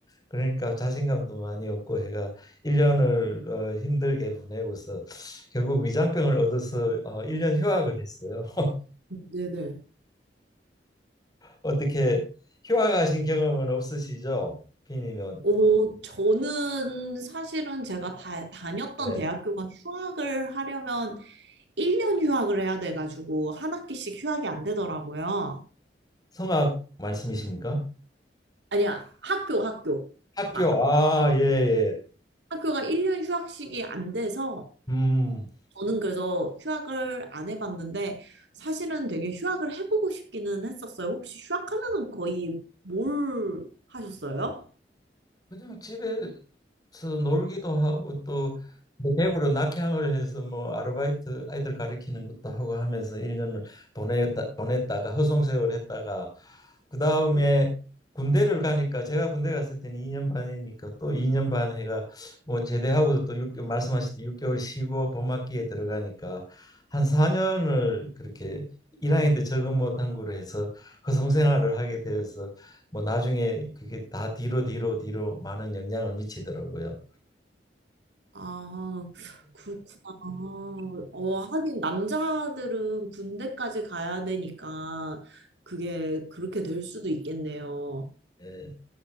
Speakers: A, on the left; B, on the right.
A: 그러니까 자신감도 많이 없고 해가 1년을 어, 힘들게 보내고서 결국 위장병을 얻어서 어, 1년 휴학을 했어요. <laughs>
B: 네네.
A: 어떻게 휴학하신 경험은 없으시죠? 비님은.
B: 오, 저는 사실은 제가 다, 다녔던
A: 네.
B: 대학교가 휴학을 하려면 1년 휴학을 해야 돼가지고 한 학기씩 휴학이 안 되더라고요.
A: 성악 말씀이십니까?
B: 아니야, 학교, 학교.
A: 학교.
B: 가
A: 아, 예, 예.
B: 학교가 1년 휴학식이 안 돼서
A: 음.
B: 저는 그래서 휴학을 안 해봤는데 사실은 되게 휴학을 해보고 싶기는 했었어요. 혹시 휴학하면은 거의 뭘 하셨어요?
A: 그냥 집에서 놀기도 하고 또 대구로 낙향을 해서 뭐 아르바이트 아이들 가르치는 것도 하고 하면서 1년을 보냈다, 보냈다가 허송세월 했다가 그 다음에 군대를 가니까 제가 군대 갔을 때는 2년 반이니까 또 2년 반 해가 뭐 제대하고도 또개월 말씀하셨듯이 6개월 쉬고 봄학기에 들어가니까 한 4년을 그렇게 1학년 때 적응 못한 거로 해서 허송생활을 하게 되어서 뭐 나중에 그게 다 뒤로 뒤로 뒤로 많은 영향을 미치더라고요.
B: 아, 그렇구나. 어, 하긴 남자들은 군대까지 가야 되니까 그게 그렇게 될 수도 있겠네요.
A: 예.